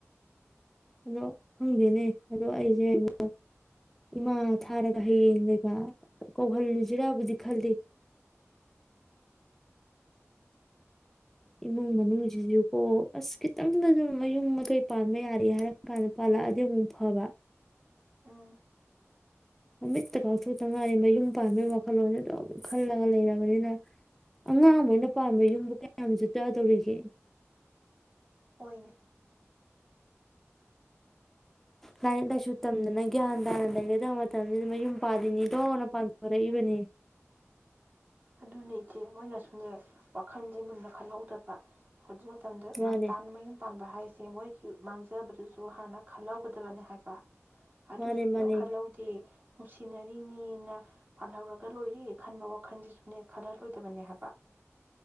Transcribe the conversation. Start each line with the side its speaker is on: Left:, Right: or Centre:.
Centre: ꯑꯗꯣ ꯈꯪꯗꯦꯅꯦ ꯑꯗꯣ ꯑꯩꯁꯦꯕꯨ ꯏꯃꯥ ꯊꯥꯔꯒ ꯍꯌꯦꯡ ꯂꯩꯕ ꯀꯧꯍꯜꯂꯨꯁꯤꯔꯕꯨꯗꯤ ꯈꯜꯂꯤ ꯏꯃꯨꯡ ꯃꯅꯨꯡꯁꯤꯁꯨꯀꯣ ꯑꯁ ꯈꯤꯇꯪꯗꯖꯨ ꯃꯌꯨꯝ ꯃꯀꯩ ꯄꯥꯟꯕ ꯌꯥꯔꯦ ꯍꯥꯏꯔ ꯀꯥꯟꯗ ꯄꯥꯜꯂꯛꯑꯗꯤ ꯑꯃꯨꯛ ꯐꯕ
Right: ꯎꯝ
Centre: ꯃꯃꯤꯠꯇ ꯄꯥꯡꯊꯣꯛꯇꯉꯥꯏꯔꯤ ꯃꯌꯨꯝ ꯄꯥꯟꯕꯩ ꯋꯥꯈꯜꯂꯣꯟꯁ‌ꯦ ꯑꯗꯨꯝ ꯈꯜꯂꯒ ꯂꯩꯔꯕꯅꯤꯅ ꯑꯉꯥꯡ ꯃ‌ꯣꯏꯅ ꯄꯥꯟꯕꯥ ꯌꯨꯝꯕꯨ ꯀꯌꯥꯝ ꯖꯨꯠ ꯆꯥꯗꯧꯔꯤꯒꯦ
Right: ꯍ‌ꯣꯏꯅꯦ
Centre: ꯂꯥꯏꯔꯤꯛ ꯂꯥꯏꯁꯨ ꯇꯝꯗꯅ ꯒ꯭ꯌꯥꯟ ꯇꯥꯅ ꯂꯩꯒꯗꯕ ꯃꯇꯝꯁꯤꯗ ꯃꯌꯨꯝ ꯄꯥꯜꯂꯤꯅꯤꯗꯣꯅ ꯄꯥꯟꯊꯣꯔꯛꯏꯕꯅꯤ
Right: ꯑꯗꯨꯅꯦ ꯏꯆꯦ ꯃꯣꯏꯅꯁꯨꯅꯦ ꯋꯥꯈꯜꯁꯦ ꯃꯨꯟꯅ ꯈꯜꯍꯧꯗꯕ ꯍꯧꯖꯤꯛ ꯃꯇꯝꯗ
Centre: ꯃꯥꯅꯦ
Right: ꯉꯥꯟꯇꯥꯅ ꯃꯌꯨꯝ ꯄꯥꯟꯕ ꯍꯥꯏꯁꯦ ꯃꯣꯏꯒꯤ ꯃꯥꯡꯖꯕꯗꯨꯁꯨ ꯍꯥꯟꯅ ꯈꯜꯍꯧꯒꯗꯕꯅꯦ ꯍꯥꯏꯕ ꯑꯗꯨꯁꯨ
Centre: ꯃꯥꯅꯦ
Right: ꯀꯩꯝ
Centre: ꯃꯥꯅꯦ
Right: ꯈꯜꯍꯧꯗꯦ ꯅꯨꯡꯁꯤꯅꯔꯤꯅꯤꯅ ꯄꯥꯜꯍꯧꯔꯒ ꯂꯣꯏꯔ ꯈꯟꯕ ꯋꯥꯈꯟꯁꯤꯁꯨ ꯈꯜꯍꯜꯂꯣꯏꯗꯕꯅꯦ ꯍꯥꯏꯕ